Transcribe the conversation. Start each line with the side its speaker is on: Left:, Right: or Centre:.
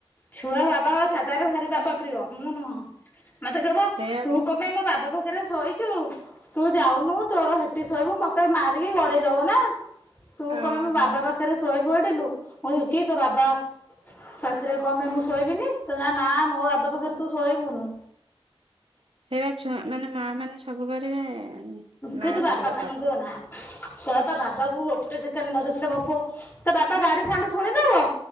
Left: ଛୁଆ ବାବା କଥା ତାର ଭାରି ବାବା ପ୍ରିୟ, ମୁଁ ନୁହଁ। ମତେ କହିବ
Right: ସେଇଆ
Left: ତୁ କଣ ପାଇଁ ମୋ ବାବା ପାଖ ଖରେ ଶୋଇଛୁ। ତୁ ଯାଉନୁ ତୋର ହେଠି ଶୋଇବୁ ମତେ ମାରିକି ଗଡେଇ ଦବ ନା। ତୁ କଣ
Right: ଓହୋ।
Left: ପାଇଁ ମୋ ବାବା ପାଖରେ ଶୋଇ ପଡ଼ିଲୁ ମୁଁ <inaudible> କି ତୋ ବାବା, ପାଖରେ କଣ ପାଇଁ ମୁଁ ଶୋଇବିନି ତୋ‌ ନାଁ ନା ମୋ ବାବା ପାଖରେ ତୁ ଶୋଇବୁନୁ।
Right: ସେଇବା ଛୁଆ ମାନେ ମା ମାନେ ସବୁ କରିବେ ନା
Left: କିନ୍ତୁ ବାପାମାନଙ୍କୁ
Right: ପଡିବ ବାପା
Left: <unintelligible> ଛୁଆ ପା ବାବାକୁ ଗୋଟେ ସେକେଣ୍ଡ୍ ନ ଦେଖିଲେ ମୋ ପୁଅ ତା ବାବା ଗାଡି ସାଉଣ୍ଡ୍ ଶୁଣି ଦବ